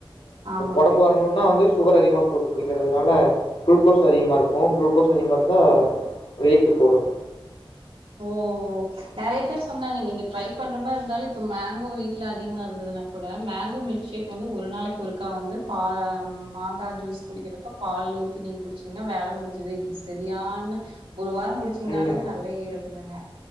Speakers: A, on the right; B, on the left.
A: ஆமா
B: உடம்பு வரணுன்னா வந்து சுகர் அதிகமா போட்டு குடிக்கிறதுனால குளுக்கோஸ் அதிகமா இருக்கும் குளுகோஸ் அதிகமாக இருந்தா வெயிட்டு போடும்
A: ஓ ஓ நெறைய பேர் சொன்னாங்க நீங்க ட்ரை பண்ற மாரி இருந்தாலு இப்ப மேங்கோ வீட்ல அதிகமா இருந்ததுனல கூட மேங்கோ மில்க் ஷேக் வந்து ஒரு நாளைக்கு ஒருக்கா வந்து மாங்காய் ஜூஸ் குடிக்கிறே இப்ப பால் ஊத்தி நீங் குடிச்சீங்கன்னா வேல முடிஞ்சது இது செரியான ஒரு வார குடிச்சிங்கனாலே
B: ம்
A: நல்ல ஏரு அப்டின்னாங்